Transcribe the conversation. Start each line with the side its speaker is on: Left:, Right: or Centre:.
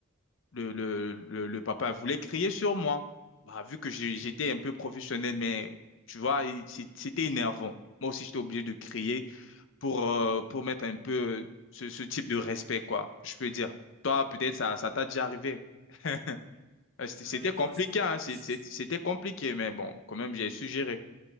Left: Le, le, le, le papa voulait crier sur moi. Bah, vu que j'ai- j'étais un peu professionnel, mais tu vois, il- c'est- c'était énervant. Moi aussi, j'étais obligé de crier pour, euh, pour mettre un peu ce, ce type de respect, quoi, je peux dire. Toi, peut-être ça, ça t'a déjà arrivé. <laughs> Euh, C'était c'était
Right: Euh, non,
Left: compliqué,
Right: je peux pas.
Left: hein, c'est-
Right: c'est-
Left: c'est- C'était compliqué, mais bon, quand même, j'ai su gérer.